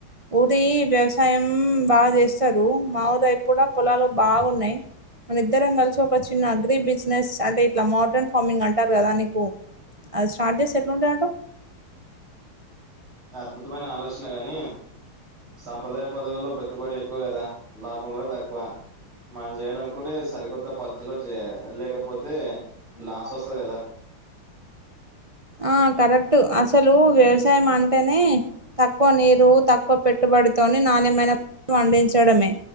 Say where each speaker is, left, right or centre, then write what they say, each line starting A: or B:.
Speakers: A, on the right; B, on the right.
A: ఓటి వ్యవసాయం బాగా చేస్తారు. మా ఊరిలో కూడా పొలాలు బాగున్నాయి. మన ఇద్దరం కలిసి ఒక చిన్న అగ్రి బిజినెస్ అంటే ఇట్లా మోడ్రన్ ఫార్మింగ్ అంటారు కదా అని అది స్టార్ట్ చేసి ఎట్లాంటాది అంటావు.
B: అద్భుతమైన ఆలోచన కాని, సాంప్రదాయ పద్ధతుల్లో పెట్టుబడి ఎక్కువ కదా లాభం కూడా తక్కువ. మనం చేయ్యాలనుకుంటే సరికొత్త పద్ధతిలో చేయాలి. లేకపోతే లాస్ వస్తాది కదా.
A: ఆ కరెక్ట్. అసలు వ్యవసాయం అంటేనే తక్కువ నీరు తక్కువ పెట్టుబడితో నాణ్యమైన పంటను పండించడమే.